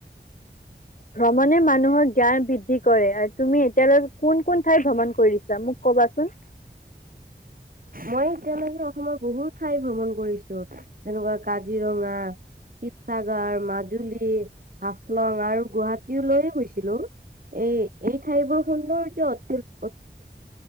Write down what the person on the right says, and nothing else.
মই এতিয়ালৈকে অসমৰ বহুত ঠাই ভ্ৰমণ কৰিছো, যেনেকুৱা কাজিৰঙা শিৱসাগৰ, মাজুলী, হাফলং আৰু গুৱাহাটীলৈও গৈছিলোঁ। এই এই ঠাইবোৰ সুন্দৰ যে অতি